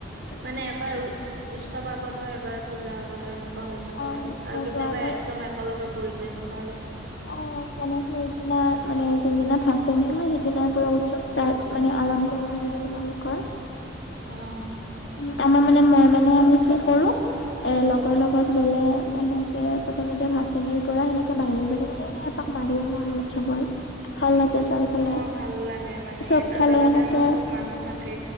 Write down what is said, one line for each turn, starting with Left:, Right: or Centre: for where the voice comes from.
Left: উম
Right: মানে এবাৰ উ
Left: এনে
Right: উৎসৱ আগত হয়, এবাৰ পূজা আগত হয়, এন কোৱা হৈ থাকে
Left: অ সেনেকুৱা
Right: আৰু, আৰু কেতিয়াবা
Left: যোৱাবাৰ
Right: একদম একেলগে পৰি যায় এনেকুৱা আৰু।
Left: অ' মানে সেইদিনা মানে যোনদিনা ভচনি হয়, সেইদিনাৰ পৰা উৎসৱ তাত মানে আৰম্ভ হয় আৰু তোমালোকৰ।
Right: অ'।
Left: উম' আমাৰ মানে মই মানে আমি কি কৰো। এ লগৰ লগত গ'লে সেনেকে প্ৰথমতে ভাচনিৰ পৰা সেনেকে বাহিৰে, বাহিৰে মানে এনে এপাক মাৰি আহো আৰু উৎসৱৰ, ভাল লাগে। তলফালে
Right: অ' ভাল লাগে মানে
Left: চবফালে
Right: এটা জেগাতে
Left: সেনেকে,
Right: ন চব মানুহ থাকে।